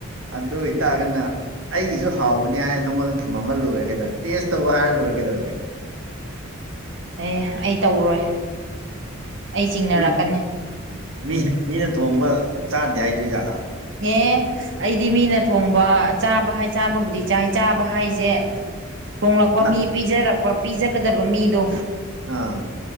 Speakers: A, on the right (about 75°); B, on the right (about 60°).
A: ꯑꯗꯨ ꯑꯣꯏꯇꯥꯒꯅ ꯑꯩꯒꯤꯁꯨ ꯍꯥꯎꯕꯅꯤ ꯍꯥꯏꯔꯅ ꯅꯪꯉꯣꯟꯗ ꯊꯝꯃꯝ ꯃ ꯂꯣꯏꯔꯦ ꯀꯩꯗꯧ ꯇꯦꯁ ꯇꯧ ꯍꯥꯏꯔ ꯂꯣꯏꯔꯦ ꯀꯩꯗꯧꯔꯒꯦ
B: ꯑꯦ ꯑꯩ ꯇꯧꯔꯣꯏ ꯑꯩ ꯆꯤꯡꯅꯔꯛꯀꯅꯤ
A: ꯃꯤ ꯃꯤ ꯃꯤꯅ ꯊꯣꯡꯕ ꯆꯥꯗꯦ ꯍꯥꯏꯗꯣꯏ ꯖꯥꯠꯂꯥ
B: ꯌꯦ ꯑꯩꯗꯤ ꯃꯤꯅ ꯊꯣꯡꯕ ꯆꯥꯕ ꯍꯥꯏ ꯆꯥꯕꯕꯨꯗꯤ ꯆꯥꯏ ꯆꯥꯕ ꯍꯥꯏꯖꯦ ꯊꯣꯡꯂꯛꯄ
A: ꯅ
B: ꯃꯤ ꯄꯤꯖꯔꯛꯄ ꯄꯤꯖꯒꯗꯕ ꯃꯤꯗꯣ
A: ꯑꯥ